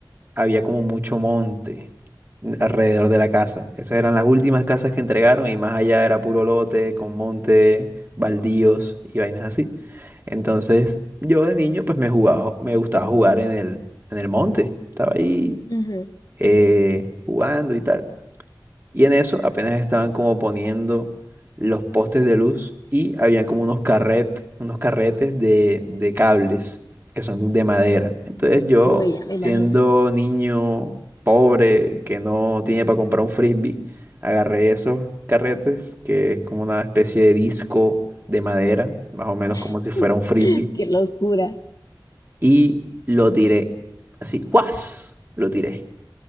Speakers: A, on the right; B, on the left.
A: había como mucho monte alrededor de la casa. Esas eran las últimas casas que entregaron y más allá era puro lote con monte, baldíos y vainas así. Entonces, yo de niño pues me jugaba, me gustaba jugar en el, en el monte. Estaba ahí
B: Ujú.
A: eh, jugando y tal. Y en eso apenas estaban como poniendo los postes de luz y habían como unos carret, unos carretes de, de cables que son de madera. Entonces yo,
B: Uy, ya me imagino.
A: siendo niño pobre que no tiene para comprar un frisbee, agarré esos carretes, que es como una especie de disco de madera, más o menos como
B: <laughs>
A: si fuera un frisbee,
B: Qué locura.
A: y lo tiré. Así, ¡guas! Lo tiré.